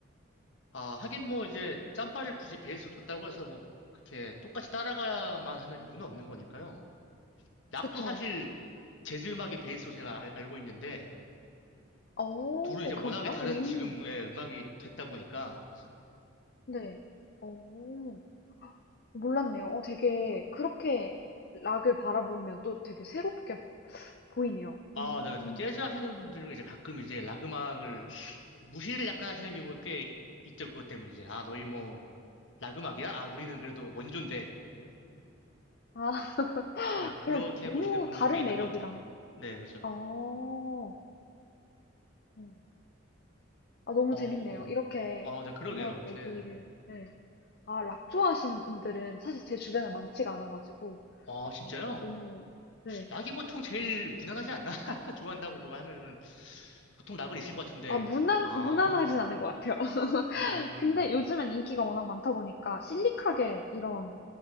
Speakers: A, on the left; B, on the left.
A: 아, 하긴 뭐 이제 짬바를 굳이 베이스로 뒀다고 해서 뭐 그렇게 똑같이 따라가야만 하는 이유는 없는 거니까요. 락도
B: 그쵸.
A: 사실 재즈 음악이 베이스로 제가 알, 알고 있는데
B: 어,
A: 둘은 이제 워낙에
B: 그런가요?
A: 다른
B: 오.
A: 지금의 음악이 됐다 보니까
B: 네. 어. 몰랐네요. 어 되게 그렇게 락을 바라보면 또 되게 새롭게 보이네요.
A: 아,
B: 음.
A: 네, 그래서 재즈 하시는 분들은 이제 가끔 이제 락 음악을 무시를 약간 하시는 경우가 꽤 있죠. 그것 때문에 이제, 아, 너희 뭐, 락 음악이야? 아, 우리는 그래도 원조인데. 예?
B: 아 <laughs>
A: 예,
B: 그냥
A: 그렇게
B: 너무
A: 보시는 분들이
B: 다른
A: 꽤 있는
B: 매력이라.
A: 것 같아요.
B: 아.
A: 네, 그죠.
B: 어. 음. 아 너무
A: 어,
B: 재밌네요. 이렇게
A: 어, 네, 그러게요.
B: 음악
A: 이렇게.
B: 얘기를 네. 아 락 좋아하시는 분들은 사실 제 주변에 많지가 않아 가지고
A: 아, 진짜요?
B: 아 너무 네.
A: 락이 보통 제일 무난하지 않나? <laughs> 좋아한다고 뭐 하면은 보통 락은 있을 것 같은데.
B: 아 무난
A: 아,
B: 무난하진 않은 것 같아요. <laughs>
A: 음.
B: 근데 요즘엔 인기가 워낙 많다 보니까 실리카겔 이런